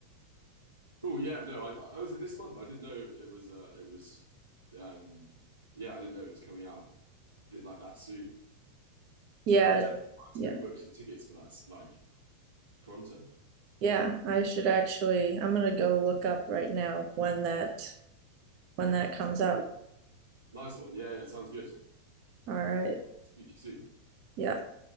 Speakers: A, on the right (about 80°); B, on the right (about 40°).
A: Cool. Yeah, no, I, I was it this month. I didn't know it was. Uh, it was. Um, yeah, I didn't know it was coming out th- like that soon.
B: Yeah,
A: We'll definitely
B: it-
A: have
B: yeah,
A: to go book some tickets for that. Like pronto.
B: yeah. I should actually, I'm gonna go look up right now when that when that comes out.
A: Nice one. Yeah, yeah, sounds good.
B: All right.
A: Cool. I'll speak to you soon.
B: Yeah.